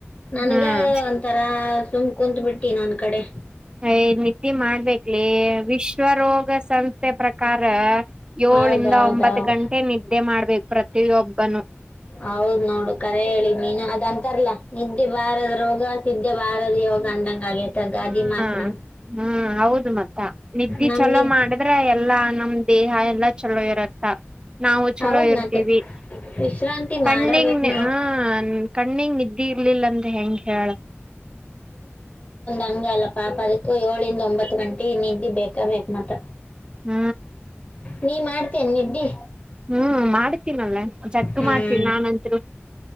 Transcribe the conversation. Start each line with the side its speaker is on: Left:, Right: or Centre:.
Left: ನನ್ಗ
Right: ಹ್ಮ್
Left: ಒಂತರ ಸುಮ್ ಕುಂತ್ ಬಿಟ್ಟಿನ್ ಒಂದ್ ಕಡೆ.
Right: ಹೆ ನಿ ನಿದ್ದೆ ಮಾಡ್ಬೇಕಕ್ಲಿ ವಿಶ್ವ ರೋಗ ಸಂಸ್ಥೆ ಪ್ರಕಾರ ಯೋಳಿಂದ
Left: ಹೌದೌದೌದು
Right: ಒಂಬತ್ ಗಂಟೆ ನಿದ್ದೆ ಮಾಡ್ಬೇಕ ಪ್ರತಿಯೊಬ್ಬನು.
Left: ಹೌದ್ ನೋಡ್ ಖರೆ ಹೇಳಿದ್ ನೀನ ಅದಂತರಲ ನಿದ್ದೆ ಬಾರದ್ರೋಗ ಸಿದ್ದೆ ಬಾರದ ಯೋಗ ಅಂದಂಗ. ಆಗೈತ ಗಾದಿ
Right: ಹ್ಮ
Left: ಮಾತ್ ನನ್
Right: ಹ್ಮ ಹೌದು ಮತ್ತ ನಿದ್ದಿ
Left: ನಮ್
Right: ಚಲೋ
Left: ನಿದ್
Right: ಮಾಡಿದ್ರೆ ಎಲ್ಲಾ ನಮ್ ದೇಹ ಎಲ್ಲಾ ಚಲೋ ಇರತ್ತ ನಾವು ಚಲೋ
Left: ಹೌದ್
Right: ಇರ್ತೀವಿ
Left: ಮತ್ತೆ
Right: <unintelligible>
Left: ವಿಶ್ರಾಂತಿ
Right: ಕಣ್ಣಿಗ್
Left: ಮಾಡಬೇಕ್ ನಾವು
Right: ಹ ಕಣ್ಣಿಗ್ ನಿದ್ದೆ ಇರ್ಲಿಲ್ಲ ಅಂತ ಹೆಂಗ ಹೇಳ
Left: ಹಂಗಲ್ಲ ಪಾಪ ಅದಕ್ಕ ಯೋಲಿಂದ ಒಂಬತ್ತು ಗಂಟೆ ನಿದ್ದಿ ಬೇಕ ಬೇಕ್ ಮತ್ತ.
Right: ಹ್ಮ್
Left: ನೀ ಮಾಡ್ತಿಯ ನಿದ್ದಿ.
Right: ಹ್ಮ್ ಮಾಡ್ತೀನಲ್ಲ ಜಗ್
Left: ಹ್ಮ್
Right: ಮಾಡ್ತೀನಿ ನಾನಂತ್ರು